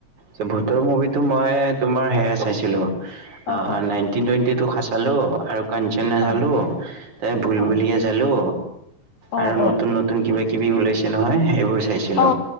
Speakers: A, on the right (about 60°); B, on the left (about 60°).
A: চ ভুতৰ মুভিটো মই তোমাৰ সেয়া চাইছিলোঁ আ
B: অ
A: নাইনটিন টুৱেনটি টু খা চালো আৰু কাঞ্চনা চালো
B: অ
A: আ ভুল
B: অ',
A: ভুলিয়া চালো
B: অ',
A: আৰু
B: অ',
A: নতুন নতুন কিবা কিবি ওলাইছে নহয় সেইবোৰ চাইছিলো
B: অ